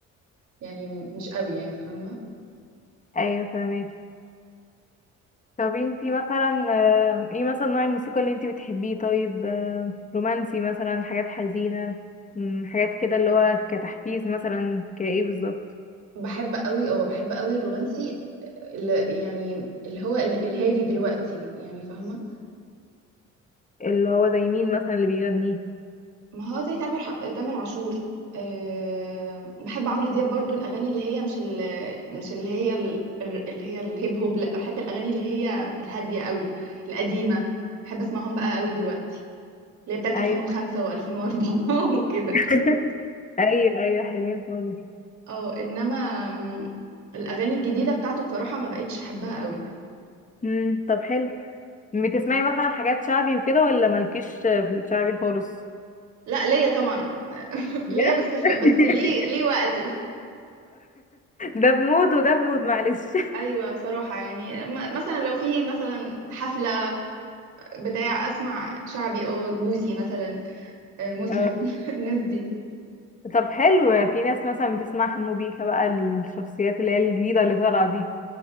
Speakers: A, on the right; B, on the left.
A: يعني مش قوي يعني فاهمة
B: ايوه فاهمك طب انتي مثلا أم، ايه مثلا نوع الموسيقى اللي انتي بتحبيه طيب أم، رومانسي مثلا حاجات حزينة أم، حاجات كده اللي هو كتحفيز مثلا كايه بالظبط
A: بحب قوي اه بحب قوي الرومانسي اللي يعني اللي هو ال- الهادي دلوقتي يعني فاهمة
B: اللي هو زي مين مثلا اللي بيغنيه
A: ما هو زي تامر ح- تامر عاشور أه بحب عمرو دياب برضو الاغاني اللي هي مش ال مش اللي هي ال- اللي هي الهيب هوب لا بحب الاغاني اللي هي الهادية قوي القديمة بحب اسمعهم بقى قوي دلوقتي اللي هي بتاعت
B: ايوه
A: 2005 و2004 <laughs> وكده
B: <laughs> ايوه ايوه حلوين خالص
A: اه انما م، الاغاني الجديده بتاعته بصراحه ما بقتش احبها قوي
B: امم طب حلو بتسمعي مثلا حاجات شعبي وكده ولا مالكيش في الشعبي خالص
A: لا ليا طبعا <laughs>
B: بجد؟
A: ليا بس في
B: <laughs>
A: بس ليه ليه وقته
B: ده بمود وده بمود معلش <laughs>
A: ايوه بصراحه يعني م- مثلا لو في مثلا حفله بتاع اسمع شعبي اه بوسي مثلا آه، مسلم
B: آه،
A: <laughs> الناس دي
B: طب حلو في ناس مثلا بتسمع حمو بيكا بقى الشخصيات اللي هي الجديدة اللي طالعة دي